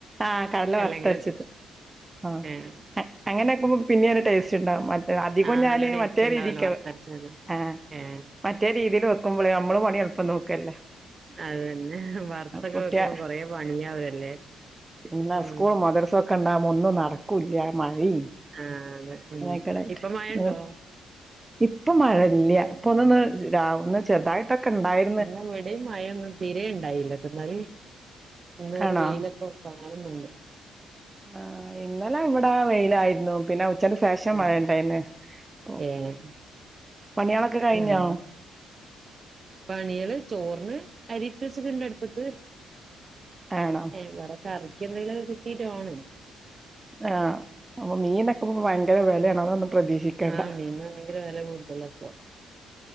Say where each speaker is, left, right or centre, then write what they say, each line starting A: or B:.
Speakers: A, on the right; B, on the right.
A: ആഹ് കടല
B: അല്ലെങ്കിൽ
A: വറുത്തരച്ചത് ആഹ്
B: ഏഹ്
A: അങ്ങനെൊക്കുമ്പോ പിന്നെയ ഒരു ടേസ്റ്റ് ഉണ്ടാവും മ അധികം
B: ആഹ്
A: ഞാന്
B: നല്ല ടേസ്റ്റ്
A: മറ്റേ
B: ഉണ്ടാവല്ലോ
A: രീതിക്ക
B: വറുത്തരച്ചത്
A: ആഹ്
B: ഏഹ്
A: മറ്റേ രീതിൽ വെക്കുമ്പോളേ നമ്മള് പണി എളപ്പം നോക്കല്ലേ
B: അതന്നെ വർത്തൊക്കെ
A: കുട്ടിയ
B: വെക്കുമ്പോ കൊറെ പണിയാവല്ലേ
A: പിന്നെ
B: ഉം
A: സ്കൂൾ മദർസൊക്കെ ഉണ്ടാവുമ്പോ ഒന്നും നടക്കും കുല്ല മഴയും
B: ആഹ് അതെ ഉം
A: അങ്ങനക്കിടായിട്ട്ങ്ങ
B: ഇപ്പൊ മഴ ഉണ്ടോ
A: ഇപ്പൊ മഴല്ല ഇപ്പൊ ഒന്ന് രാവന്ന് ചെറുതായിട്ടൊക്കെ ഉണ്ടായി
B: ഇന്ന ഇവിടെ മഴൊന്നും തിരെണ്ടായില്ല പിലും ഇന്നേ ഒരു
A: ആണോ
B: വെയിലപ്പ <unintelligible>
A: ആഹ് ഇന്നലെ ഇവിടെ വെയിലായിരുന്നു പിന്നെ ഉച്ചയക്ക്‌ ശേഷം
B: ആഹ്
A: മഴണ്ടായിന്ന് അപ്പ
B: ഏഹ്
A: പണിയാളൊക്കെ കഴിഞ്ഞോ
B: ആഹ് പണികള് ചോറിന് അരിട്ട വെച്ചട്ടണ്ട അടുപ്പത്ത്
A: ആണോ
B: ഏഹ് ഇവിടെക്കെറിക്ക എന്തെങ്കിലുംക്ക കിട്ടീട്ട് വാണം
A: ആഹ് അപ്പൊ മീന്നൊക്ക്പ ഭയങ്കര വിലയാാണ് അതൊന്നും പ്രതീക്ഷിക്കണ്ട
B: ആഹ് മീനിന് ഭയങ്കര വില കൂടുതല ഇപ്പൊ